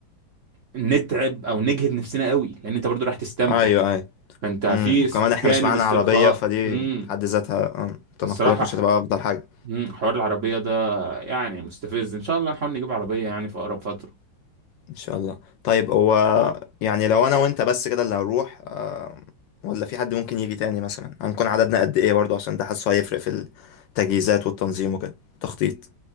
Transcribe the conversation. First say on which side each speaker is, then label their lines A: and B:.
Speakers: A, on the right (about 55°); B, on the left (about 70°).
A: نتعب او نجهد نفسنا قوي لان انت برضو راح تستمتع
B: ايوه ايوه
A: فانت في
B: امم
A: اس-
B: كمان
A: جانب
B: احنا مش معانا
A: استرخاء
B: عربية فدي
A: امم
B: في حد ذاتها آه، التنقلات
A: الصراحه
B: مش
A: ح-
B: هتبقى أفضل حاجة
A: مم، حوار العربيه ده يعني مستفز ان شاء الله نحاول نجيب عربيه يعني في اقرب فتره
B: ان شاء الله طيب هو يعني لو انا وانت بس كده اللي هنروح آه، ولا في حد ممكن يجي تاني مثلا هنكون عددنا قد ايه برضه عشان ده حاسه هيفرق في التجهيزات والتنظيم وكده تخطيط